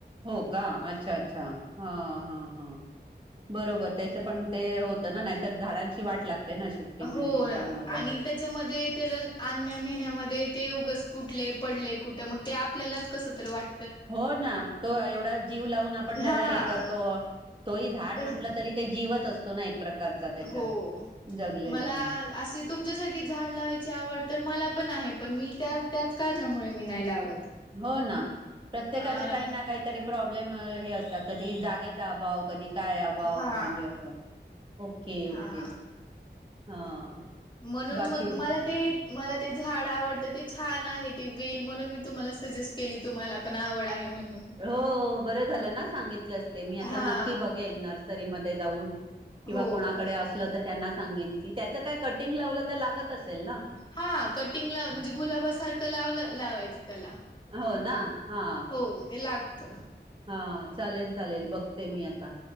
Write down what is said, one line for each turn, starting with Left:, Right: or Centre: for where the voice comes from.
Right: हो का अच्छा, अच्छा, हा, हा, हा. बरोबर त्याच पण ते होतं ना नाहीतर झाडांची वाट लागते ना शिफ्टिंग
Left: हो
Right: आणि ह्याच्यामध्ये.
Left: ना आणि त्याच्यामध्ये त्याला आणण्या नेण्यामध्ये ते उगच फुटले पडले कुठ मग ते आपल्यालाच कसं तरी वाट
Right: हो ना तो एवढा जीव लावून आपण त्याला
Left: हा
Right: हे करतो तोही झाड
Left: तसच
Right: म्हटलं तरी ते जीवच असतो ना एक प्रकारचा त्याच्यात
Left: हो
Right: जगलेलं
Left: मला
Right: म्हण.
Left: अशी तुमच्यासारखी झाड लावायची आवड तर मला पण आहे पण मी त्या त्याच कारणामुळे मी नाही लावत.
Right: हो ना प्रत्येकाच्या
Left: अ
Right: काही ना काही तरी प्रॉब्लेम हे असतात कधी जागेचा अभाव, कधी काय अभाव
Left: हा
Right: म्हणजे असं ओके, ओके
Left: हा
Right: हा.
Left: म्हणून
Right: बाकी
Left: मग मला ते मला ते झाड आवडतं ते छान आहे ते वेल म्हणून मी तुम्हाला सजेस्ट केली तुम्हाला पण आवड आहे म्हणून.
Right: हो बरं झालना सांगितलं असते मी आता
Left: हा
Right: नक्की बघेन नर्सरीमध्ये जाऊन. किंवा
Left: हो
Right: कोणाकडे असलं तर त्यांना सांगेन की त्याचं काय कटिंग लावलं तर लागत असेलना?
Left: हा कटिंगला म्हणजे गुलाबासारखं लावल लावायचं त्याला
Right: हो ना हा
Left: हो ते लागत.
Right: हा चालेल, चालेल बघते मी आता